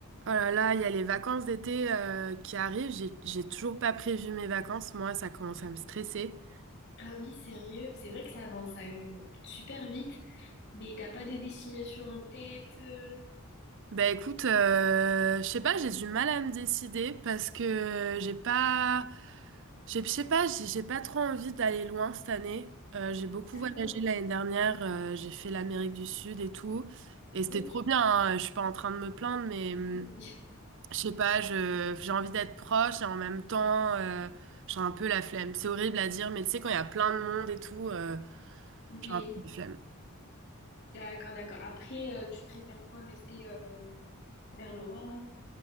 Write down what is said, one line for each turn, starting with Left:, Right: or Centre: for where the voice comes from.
Right: Oh là là, il y a les vacances d'été euh, qui arrivent. J'ai, j'ai toujours pas prévu mes vacances. Moi, ça commence à me stresser.
Left: Ah oui, sérieux, c'est vrai que ça avance euh, super vite, mais t'as pas de destination en tête. euh
Right: Bah écoute, euh, je sais pas, j'ai du mal à me décider parce que j'ai pas, j'ai- je sais pas, j'ai j'ai pas trop envie d'aller loin cette année. Euh, j'ai beaucoup
Left: D'accord,
Right: voyagé l'année dernière. euh, j'ai fait l'Amérique du Sud et tout, et c'était
Left: ok.
Right: trop bien. hein. Je suis pas en train de me plaindre, mais hum,
Left: Oui.
Right: Je sais pas, je, j'ai envie d'être proche et en même temps, euh, j'ai un peu la flemme. C'est horrible à dire, mais tu sais, quand il y a plein de monde et tout, euh,
Left: Mais
Right: j'ai un peu la flemme.
Left: d'accord, d'accord. Après, euh, tu préfères quoi? Rester euh, vers l'Europe?